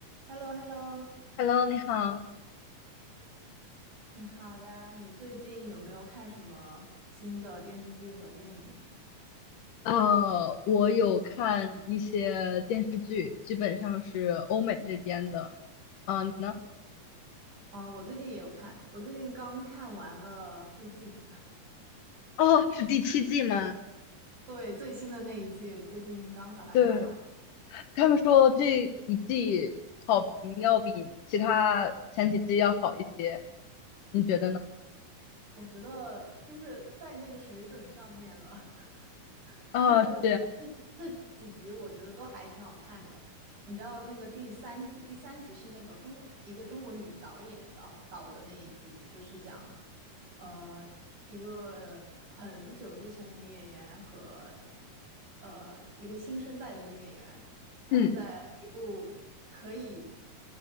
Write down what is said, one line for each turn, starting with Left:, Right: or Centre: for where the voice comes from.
Right: h e l l o h e l l o
Left: Hello，你好。
Right: 你好呀，你最近有没有看什么新的电视剧和电影？
Left: 呃，我有看一些电视剧，基本上是欧美这边的。啊、你呢？
Right: 啊、我最近也有看，我最近刚看完了《黑镜》，
Left: 哦，是第七季吗？
Right: <laughs> 对，最新的那一季，最近刚把它看完，
Left: 对，他们说这一季好评要比其他前几季要好一些，你觉得呢？
Right: 我觉得就是在那个水准上面了。<laughs>
Left: 啊、
Right: 就是这这几集我觉得都还挺好看的。
Left: 是，
Right: 你知道那个第三集，第三集是那个中一个中国女导演导导的那一集，就是讲呃一个很久之前的女演员和呃一个新生代的女演员，她们在一部可以
Left: 嗯